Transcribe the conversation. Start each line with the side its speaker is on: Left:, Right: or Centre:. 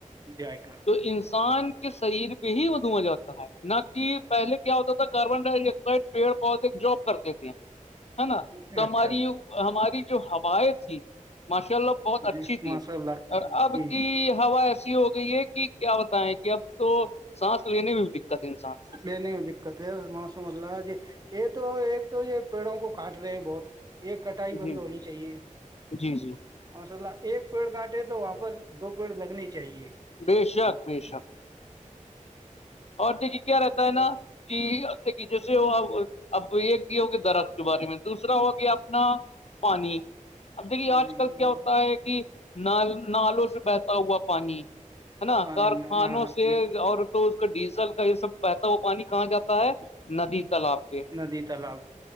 Right: جائے <unintelligible>
Left: تو انسان <unintelligible> شریر پہ ہی وہھواں جاتتا ہے نہ کہ پہلے کیا ہوتا تھا کاربن ڈائی آکسائڈ پیڑ پہے جاب کرتے تھے ہے نا
Right: ہے
Left: تو ہماری
Right: اچھا
Left: ہماری جو ہوائیں تھی ماشاء اللہ بہت
Right: جی
Left: اچھی تھی
Right: ماشاء اللہ
Left: اور
Right: جی
Left: اب کی ہوا ایسی ہوگی تو یہ کہ کیا بتائیں کہ اب تو سانس لینے میں بھی دقت ہے انسان کو
Right: نہیں نہیں دقت ہے موسم اللہ جی یہ تو ایک تو یہ پیڑوں کو کاٹ رہے ہیں بہت ایک کٹائی بند
Left: جی جی
Right: ہونی چاہیے
Left: جی جی
Right: مسء اللہ ایک پیڑ کاٹے تو وہاں پر دو پیڑ لگنے چاہیے
Left: ب شک ب شک اور دیکھیے کیا رہتا ہے
Right: اور
Left: نا ج جیسے اب ایک بھی ہو کہ درخت کے بارے میں دوسرا ہو اپنا پانی اب دیکھیے
Right: پانی
Left: آج کل کیا
Right: بولو
Left: ہوتا ہے کہ ن نالوں سے بہتا ہوا پانی ہے نا
Right: پانی
Left: کارخانوں
Right: ہاں ہاں
Left: سے
Right: جی
Left: اور اس کا ڈیزل کا یہ سب بہتا ہو وہ پانی کہاں جاتا ہے ندی تالاب پہ
Right: ندی تالاب